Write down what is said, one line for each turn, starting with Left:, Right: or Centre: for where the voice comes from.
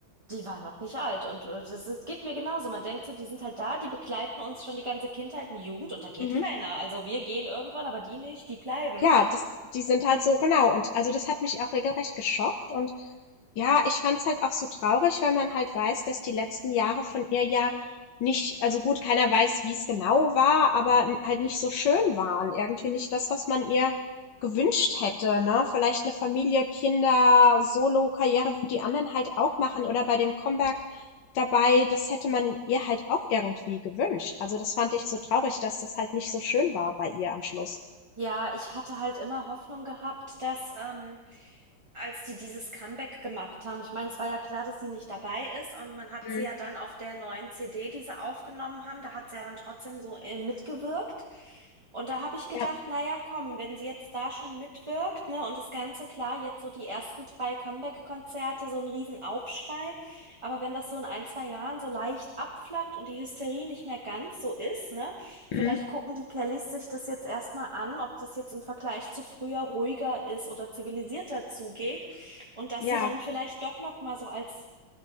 Right: Die war noch nicht alt und äh, das ist- geht mir genauso. Man denkt so, die sind halt da, die begleiten uns schon die ganze Kindheit und Jugend und da geht
Left: Mhm.
Right: keiner. Also wir gehen irgendwann, aber die nicht, die bleiben.
Left: Ja, das die sind halt so genau. Und also das hat mich auch regelrecht geschockt. Und ja, ich fand's halt auch so traurig, weil man halt weiß, dass die letzten Jahre von ihr ja nicht, also gut, keiner weiß, wie es genau war, aber n- halt nicht so schön waren. Irgendwie nicht das, was man ihr gewünscht hätte, ne? Vielleicht eine Familie, Kinder, Solo, Karriere, wie die anderen halt auch machen oder bei dem Comeback dabei, das hätte man ihr halt auch irgendwie gewünscht. Also das fand ich so traurig, dass das halt nicht so schön war bei ihr am Schluss.
Right: Ja, ich hatte halt immer Hoffnung gehabt, dass ähm, als die dieses Comeback gemacht haben. Ich meine, es war ja klar, dass sie nicht dabei ist und man hat
Left: Mhm.
Right: sie ja dann auf der neuen CD, die sie aufgenommen haben, da hat sie ja dann trotzdem so äh, mitgewirkt. Und da habe ich gedacht,
Left: Ja,
Right: naja, komm, wenn sie jetzt da schon mitwirkt, ne, und das Ganze klar, jetzt so die ersten drei Comeback-Konzerte, so ein Riesenaufschrei. Aber wenn das so in ein, zwei Jahren so leicht abflacht und die Hysterie nicht mehr ganz so ist, ne? Vielleicht
Left: Mhm.
Right: gucken die Kellys sich das jetzt erstmal an, ob das jetzt im Vergleich zu früher ruhiger ist oder zivilisierter zugeht und dass
Left: Ja.
Right: sie dann vielleicht doch noch mal so als,